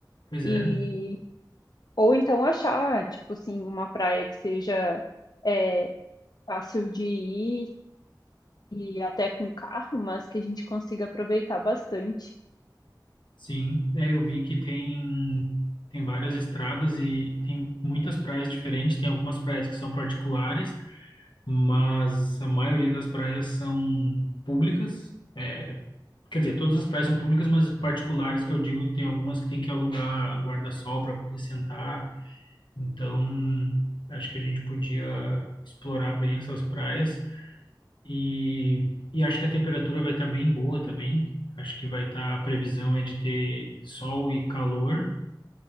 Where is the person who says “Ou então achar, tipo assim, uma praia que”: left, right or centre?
Left